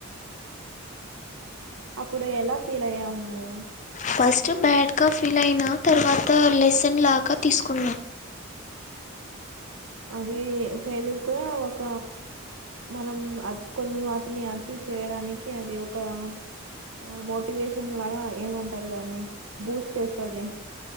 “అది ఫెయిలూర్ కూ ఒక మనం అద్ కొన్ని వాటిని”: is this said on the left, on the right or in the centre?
Right